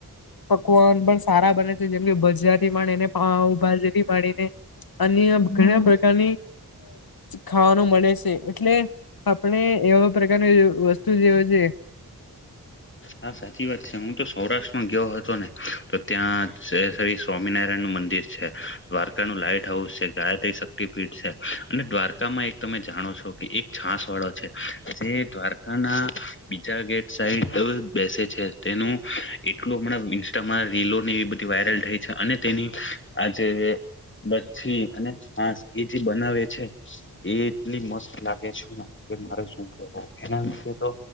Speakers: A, on the left; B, on the left.
A: પકવાન પણ સારા બને છે જેમ કે બજારથી પણ એને હા બાજરી પાડીને અન ઘણા
B: હ
A: ની ખાવાનું મળે છે, એટલે આપણે એવા પ્રકારની વસ્તુ જેવ છે.
B: હા સાચી વાત છે હું તો સૌરાષ્ટ્રમાં ગયો હતો ને, તો ત્યાં સ્વામિનારાયણ નું મંદિર છે. દ્વારકા નું લાઈટ હાઉસ છે. ગાયત્રી શક્તિપીઠ છે, અને દ્વારકામાં એક તમે જાણો છો કે એક છાસ વાળો છે, જે દ્વાર ના બીજા ગેટ સાઈડ બેસે છે, તેનું એટલું હમણાં ઇન્સ્ટામાં રીલોની બધી વાયરલ થઈ અને તેની, આજે બી અને હા એ જે બનાવે છે. એ એટલી મસ્ત લાગે છે ને, કે મારે શું કેવું એના વિ તો